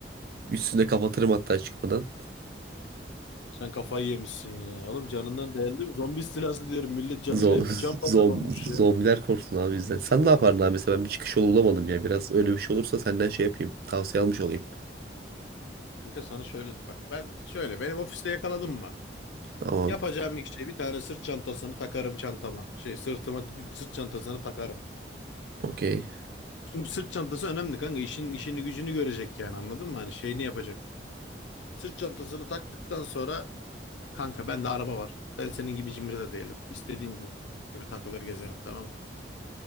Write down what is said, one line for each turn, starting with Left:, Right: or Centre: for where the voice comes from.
Right: Üstünde kapatırım hatta çıkmadan.
Left: Sen kafayı yemişsin ya. Oğlum canından değerli mi? Zombi istilası diyorum. Millet canıyla
Right: Zo- <laughs>
Left: can pazarı
Right: zom-
Left: olmuş ya.
Right: zombiler korksun abi bizden. Sen ne yapardın abi mesela ben bir çıkış yolu bulamadım ya. Biraz öyle bir şey olursa senden şey yapayım. Tavsiye almış olayım.
Left: Kanka sana şöyle bak ben şöyle benim ofiste yakaladım mı?
Right: Tamam.
Left: Yapacağım ilk şey bir tane sırt çantasını takarım çantama. Şey sırtıma bir sırt çantasını takarım.
Right: Okey.
Left: Çünkü sırt çantası önemli kanka. İşin işini gücünü görecek yani anladın mı? Hani şeyini yapacak. Sırt çantasını taktıktan sonra kanka bende araba var. Ben senin gibi cimri de değilim. İstediğim gibi, istediğim gibi takılır gezerim tamam mı?